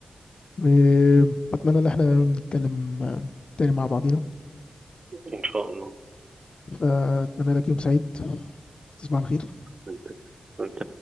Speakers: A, on the left (about 50°); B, on the right (about 40°).
A: وبتمنى ان احنا نتكلم تاني مع بعضينا
B: إن شاء الله
A: فأتمنى لك يوم سعيد تصبح على خير
B: وأنت وأنت